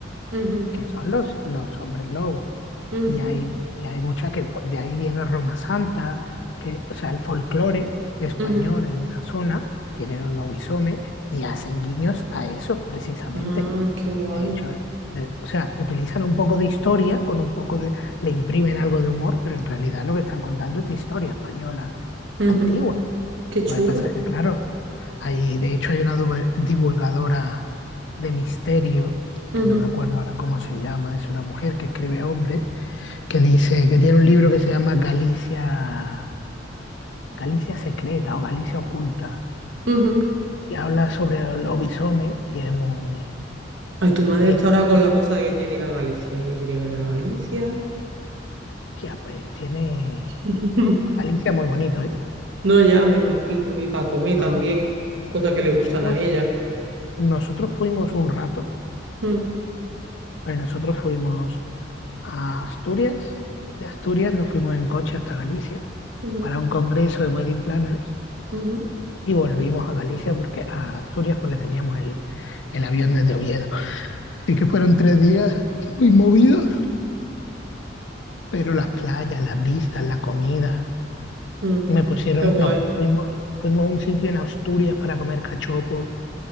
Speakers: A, on the right; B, on the left.
A: ujú,
B: que son los, los hombres lobos,
A: ujú,
B: y hay, y hay mucha que pues, de ahí viene Roma Santa, que, o sea, el folclore español
A: ujú.
B: en esa zona tiene los lobisomes y hacen guiños a esos precisamente.
A: Ah, qué guay.
B: De hecho, de- o sea, utilizan un poco de historia, con un poco de, le imprimen algo de humor, pero en realidad lo que están contando es de historia española
A: Ujú,
B: antigua.
A: qué chulo.
B: Lo que pasa es que, claro, hay, de hecho hay una divu- divulgadora de misterio, que
A: Ujú,
B: no me acuerdo ahora cómo se llama, es una mujer que escribe a hombres, que dice que tiene un libro que se llama Galicia, Galicia Secreta o Galicia Oculta,
A: ujú.
B: y habla sobre los lobisomes y es muy,
A: Ay, tu madre
B: eh,
A: está ahora con la cosa de que quiere ir a Galicia y que quiere ir a Galicia.
B: tía, pues tiene
A: <laughs>
B: pues Galicia muy bonito, ¿eh?
A: No, ya me imagino. Y para comer
B: Noso-
A: también, cosas que le
B: Nosotros,
A: gustan a ella.
B: nosotros fuimos un rato,
A: Mm,
B: eh, nosotros fuimos a Asturias, de Asturias nos fuimos en coche hasta Galicia
A: ujú,
B: para un congreso de wedding planners
A: ujú,
B: y volvimos a Galicia porque a Asturias porque teníamos el, el avión desde Oviedo. Así que fueron tres días muy movidos, pero las playas, las vistas, la comida,
A: mm.
B: me pusieron,
A: Qué guay.
B: no, fuimos, fuimos a un sitio en Asturias para comer cachopo